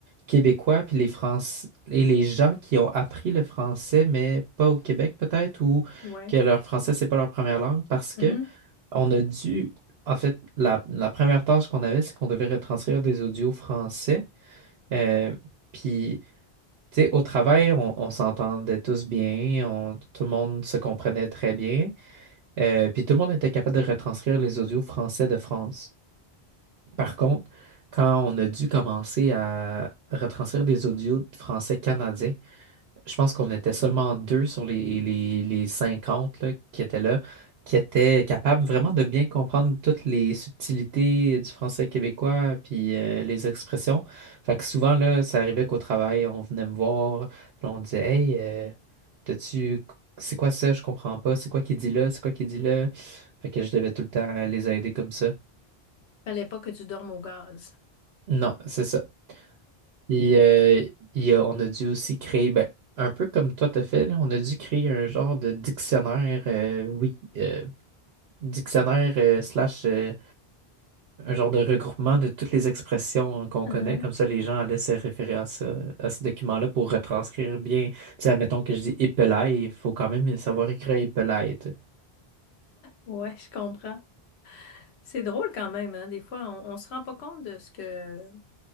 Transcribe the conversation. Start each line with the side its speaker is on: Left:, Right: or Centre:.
Right: québécois puis les Français et les gens qui ont appris le français, mais pas au Québec peut-être, ou
Left: Ouais.
Right: que leur français, c'est pas leur première langue, parce que
Left: Mhm.
Right: on a dû, en fait, la, la première tâche qu'on avait, c'est qu'on devait retranscrire des audios français. euh, puis, tu sais, au travail, on, on s'entendait tous bien, on- tout le monde se comprenait très bien, euh, puis tout le monde était capable de retranscrire les audios français de France. Par contre, quand on a dû commencer à retranscrire des audios de français canadien, je pense qu'on était seulement deux sur les, les, les 50 là, qui étaient là, qui étaient capables vraiment de bien comprendre toutes les subtilités du français québécois, puis euh, les expressions. Fait que souvent, là, ça arrivait qu'au travail, on venait me voir, puis on disait, Hey, euh, t'as-tu... C'est quoi ça? Je comprends pas. C'est quoi qui dit là? C'est quoi qui dit là? Fait que je devais tout le temps les aider comme ça.
Left: Fallait pas que tu dormes au gaz.
Right: Non, c'est ça. Et, euh, et, euh, on a dû aussi créer, ben, un peu comme toi t'as fait, là, on a dû créer un genre de dictionnaire, euh, oui, euh, dictionnaire euh, slash euh, un genre de regroupement de toutes les expressions qu'on
Left: Mhm.
Right: connaît. Comme ça, les gens allaient se référer à ça, à ce document-là pour retranscrire bien. Tu sais, admettons que je dis épelaye, il faut quand même savoir écrire épelaye. tu
Left: Ouais, je comprends. C'est drôle quand même, hein. Des fois, on, on se rend pas compte de ce que